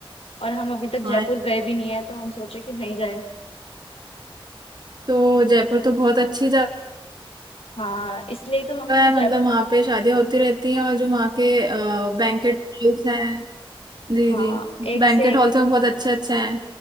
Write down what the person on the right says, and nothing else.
हाँ
तो जयपुर तो बहुत अच्छी जगह
है
मतलब वहाँ पे शादियाँ होती रहती हैं और जो वहाँ के बैंकेट हॉल्स हैं जी
जी
बैंकेट
हॉल्स में बहुत अच्छे अच्छे हैं